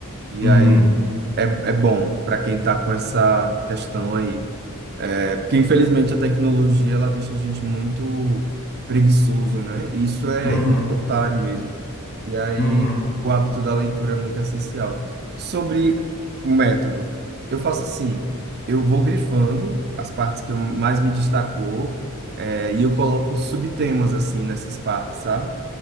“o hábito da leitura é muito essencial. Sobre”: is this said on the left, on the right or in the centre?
Right